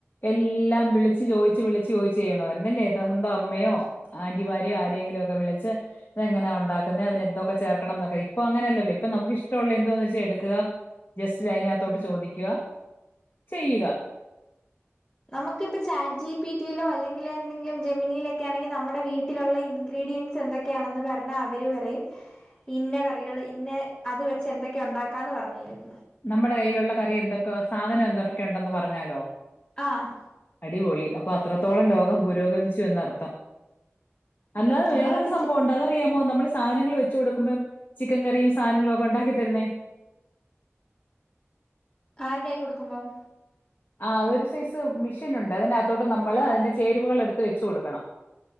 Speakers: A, on the left; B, on the left.
A: എല്ലാം വിളിച്ച് ചോയിച്ച് വിളിച്ച് ചോയിച്ച് ചെയ്യണമായിരുന്നു അല്ലേ സ്വന്തം അമ്മയോ ആന്റിമാരേ ആരെങ്കിലും ഒക്കെ വിളിച്ച് അതെങ്ങനാ ഒണ്ടാക്ക്ന്നേ അതിന് എന്തക്കെേ ചേർക്കണം എന്നൊക്കെ ഇപ്പൊ അങ്ങനെയാല്ലേ ഇപ്പേ നമ്മക്ക് ഇഷ്ടേള്ളാ എന്തുവാന്ന് വെച്ചാ എട്ക്കുക ജെസ്റ്റ് ലതിനാത്തോട്ട് ചോദിക്കുക ചെയ്യ്ക
B: നമ്മക്ക് ഇപ്പാ ചാറ്റ് ജി പി ടി യിലോ അല്ലെങ്കില് എന്തെങ്കിലും ജെമിനിയിലൊക്കെ ആണെങ്കി നമ്മടെ വീ ട്ടിലോള്ള ഇൻഗ്രീഡിയൻസ് എന്തൊക്കെ ആണെന്ന് പറഞ്ഞാ അവര് പറയും ഇന്ന കറികള് ഇന്ന അത് വെച്ച് എന്തൊക്കെയാ ഒണ്ടാക്കാന്ന് പറഞ്ഞ് തെരും
A: നമ്മടെ കയ്യിലൊള്ള കറി എന്തൊക്കെ സാധനം എന്തൊക്കെ ഒണ്ടെന്ന് പറഞ്ഞാലോ
B: ആഹ്
A: അടിപൊളി അപ്പൊ അത്രത്തോളം ലോകം പുരോഗമിച്ചു എന്ന് അർത്ഥം അല്ലാതെ
B: ഉം
A: വേറൊര്
B: അങ്ങനെയൊക്കെ
A: സംഭവം
B: ചെ
A: ഒണ്ട് അതാറിയാമോ നമ്മള് സാനങ്ങള് വെച്ച് കൊട്ക്ക്‌മ്പം ചിക്കൻ കറിയും സാനങ്ങളും ഒക്കെ ഒണ്ടാക്കി തെര്ന്നേ
B: ആര്ടെ കയ്യി കൊട്ക്ക്മ്പം
A: ആഹ് ഒര് സൈസ് മിഷീൻ ഒണ്ട് അതിനാത്തോട്ട് നമ്മള് അതിന്റെ ചേരുവകള് എടുത്ത് വെച്ച് കൊട്ക്കണം